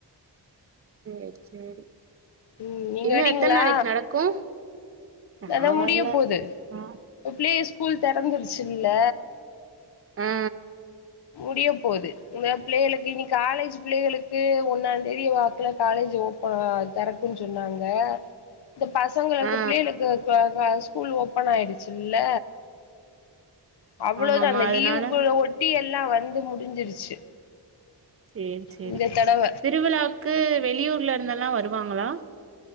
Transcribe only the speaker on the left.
ம் நீங்க
வரீங்ளா
அதா
முடிய போது
இப்ப பிள்ளைக ஸ்கூல் தெறந்துருச்சில்ல
முடிய போது இந்த பிள்ளைகளுக்கு இனி காலேஜ் பிள்ளைகளுக்கு ஒன்னாந்தேதி வாக்குல காலேஜ் ஓப்பனா தெறக்குன் சொன்னாங்க இந்த பசங்களுக்கு
பிள்ளைளுக் காக ஸ்கூல் ஓப்பன் ஆயிடுச்சில்ல அவ்ளோதா
அந்த
லீவு குள்ள ஒட்டி எல்லா வ வந்து முடிஞ்சிருச்சு
இந்த தடவ